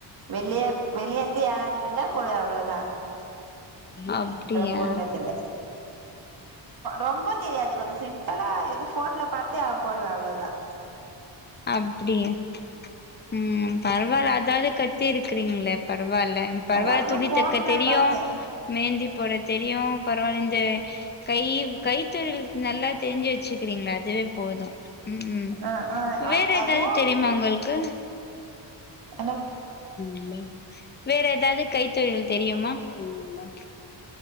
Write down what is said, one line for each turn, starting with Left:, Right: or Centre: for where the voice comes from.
Right: வெளிய வெளியேந்துயாராச்சும் வந்த போடுவ அவ்வளோ த
Left: அப்படியா
Right: போட்னதில்ல ரொம்ப தெரியாது கொஞ்சம் சிம்பளா எது போன்ல பத்தே ஆ போடுவேன் அவ்வளோதான்.
Left: அப்படிய உம் பரவாயில்ல அதாவது கத்து த்தி இருக்கிறீங்களே பரவ பரவாயில்ல பரவாயில்ல
Right: அது அதுவு
Left: துணி
Right: ஃபோன்ல
Left: தக்க தெரியும்
Right: பாத்து
Left: மேந்தி போட தெரியும் பரவாயில்ல இந்த கை கைத்தொழில் நல்லா தெரிஞ்சு வெச்சுக்கிறீங்களா அதுவே போதும். உம் உம்
Right: ஆ ஆ அ
Left: வேற
Right: அதுவு
Left: ஏதாவது தெரியுமா உங்களுக்கு
Right: ஹலோ
Left: இல்ல வேற ஏதாவது கைத்தொழில் தெரியுமா உள்லா